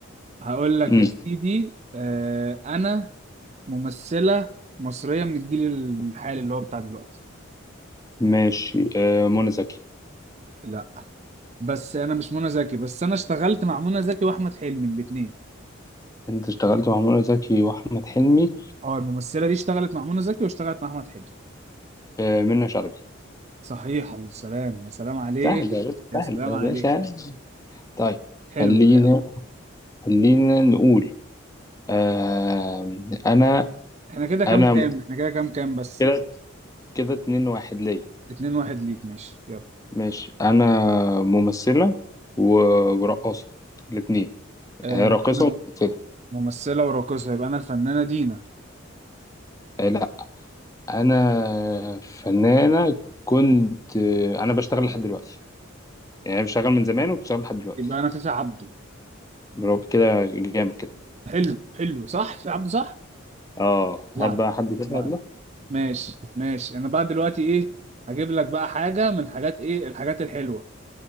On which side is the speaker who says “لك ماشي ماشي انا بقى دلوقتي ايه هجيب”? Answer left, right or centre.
Right